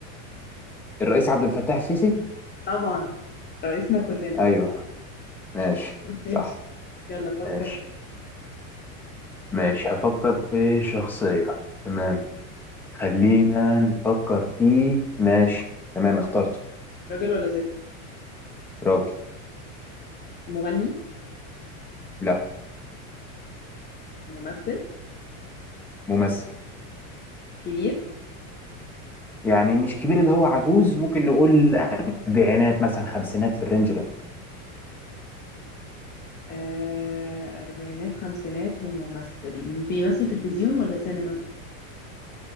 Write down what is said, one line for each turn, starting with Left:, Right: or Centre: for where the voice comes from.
Centre: الرئيس عبد الفتاح السيسي؟
Left: طبعا رئيسنا كلنا
Centre: ايوه ماشي
Left: <laughs> ماشي
Centre: صح
Left: يلا فكر
Centre: ماشي ماشي هفكر في شخصية تمام خلينا نفكر في ماشي تمام اخترته
Left: راجل ولا ست
Centre: راجل
Left: مغني
Centre: لا
Left: ممثل
Centre: ممثل
Left: كبير
Centre: يعني مش كبير اللي هو عجوز ممكن نقول أربعينات مثلا خمسينات في الرينج ده
Left: آه أربعينات خمسينات وممثل بيمثل تلفزيون ولا سينما